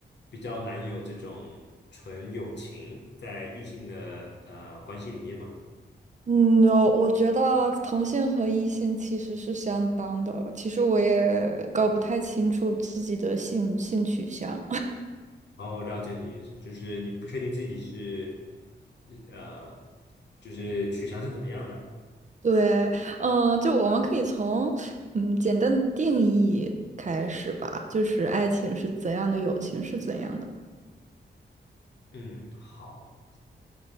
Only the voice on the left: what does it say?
比较难有这种纯友情在异性的呃关系里面吗？
哦，我了解你的意思就是你不确定自己是，呃，就是取向是怎么样的。
嗯，好。